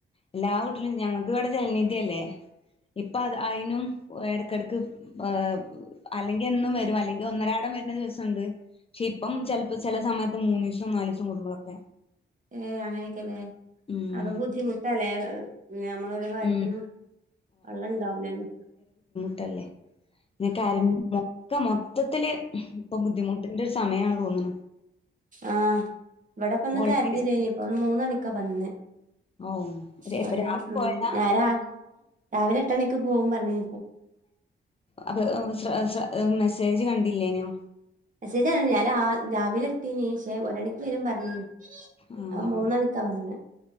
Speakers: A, on the left; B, on the right.
A: എല്ലാ വീട്ടിലും ഞങ്ങക്ക് ഇവിടെ ജലനിധി അല്ലേ. ഇപ്പൊ അത് അയിനും എടക്കെടക്ക് പ് അല്ലെങ്കി എന്നും വരും. അല്ലെങ്കി ഒന്നരാടം വെരണ ദിവസൊണ്ട്. പക്ഷെ ഇപ്പം ചെലപ്പോ ചെലസമയത്ത് മൂനീഷം നാലീഷം കൂടുമ്പോളൊക്കെ.
B: ഏ അങ്ങനെയൊക്കെല്ലേ
A: ഉം
B: അപ്പൊ ബുദ്ധിമുട്ടല്ലേ ഞമ്മളൊരു കാര്യത്തിനു
A: ഉം
B: വെള്ളം ഇണ്ടാവുല്ലല്ലോ.
A: ട്ടല്ലേ. നിനക്കാരെ മൊക്കെ മൊത്തത്തില് ഇപ്പൊ ബുദ്ധിമുട്ടിന്റൊര് സമയാണ് തോന്ന്ണ്
B: ആഹ് ഇവടെ ഇപ്പന്ന്
A: വോൾട്ടേജ്
B: കരണ്ട്ലേനി ഇപ്പൊ മൂന്നണി ക്കാ വന്നേ
A: ഓ
B: വെള്ളം
A: ഇപ്പൊ രാത്രി
B: ഉം
A: പോയതാ
B: ഞാന് രാവ് രാവിലെ എട്ടെണിക്ക് പോവും പറ്ഞ്ഞീ
A: അപ്പ് ഓ ശ്ര ശ്ര ഉം മെസേജ് കണ്ടില്ലേനു
B: മെസ്സേജ് ഞാൻ കാൺല്ല. ഞാൻ രാ രാവിലെ ഇട്ടീനി ക്ഷേ ഒരണിക്ക് വരും പറ്ഞ്ഞീനി
A: ആഹ്
B: അഹ് മൂന്നണിക്കാ വന്നെ